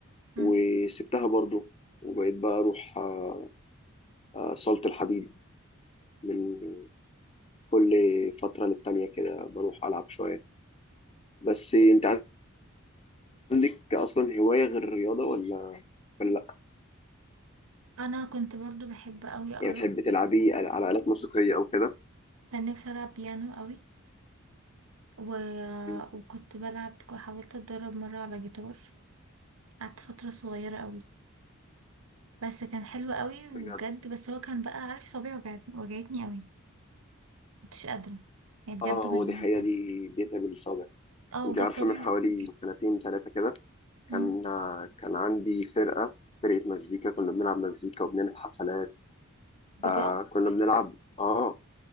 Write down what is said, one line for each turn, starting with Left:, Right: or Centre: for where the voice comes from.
Right: امم
Left: وسبتها برضو وبقيت بقى أروح آه، آه، صالة الحديد من كل فترة للتانية كده بروح ألعب شوية بس أنت عندك أصلا هواية غير الرياضة ولا ولا لأ؟
Right: أنا كنت برضو بحب قوي أقرأ
Left: يعني بتحبي تلعبي على على آلات موسيقية أو كده؟
Right: كان نفسي ألعب بيانو قوي و...
Left: مم،
Right: وكنت بلعب وحاولت أتدرب مرة على جيتار قعدت فترة صغيرة قوي بس كان حلو قوي وبجد
Left: بجد
Right: بس هو كان بقى عارف صوابعي وجعت- وجعتني قوي مكنتش قادرة يعني بجد
Left: آه
Right: مش
Left: هو
Right: بهزر
Left: دي حقيقة دي بيتها بالصابع
Right: اه
Left: أنت
Right: بجد
Left: عارفة
Right: صوابعي
Left: من حوالي
Right: وجعتني.
Left: سنتين ثلاثة كده كان
Right: أمم.
Left: كان عندي فرقة فرقة مزيكا كنا بنلعب مزيكا وبنعمل حفلات
Right: بجد
Left: آه كنا بنلعب آه